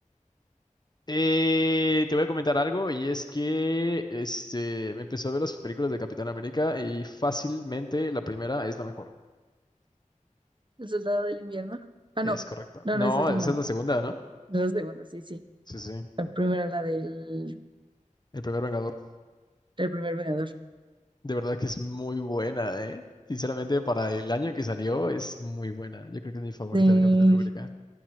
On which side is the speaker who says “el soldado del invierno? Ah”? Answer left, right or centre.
Right